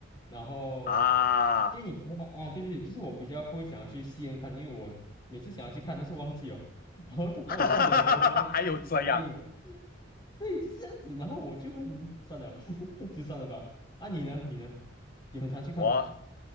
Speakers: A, on the left; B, on the left.
A: 然后
B: 啊，
A: 电影的话啊，
B: <laughs>
A: 对对，就是我比较不会想要去戏院看，因为我每次想要去看，但是忘记了，<laughs> 然后等到我记得的时候呢，
B: 哈哈哈哈，
A: 那那自己下映了，
B: 还有这样
A: 对，就是这样子，然后我就很算了，<laughs> 就算了吧。啊，你呢？你呢？有很常去看吗？
B: 我。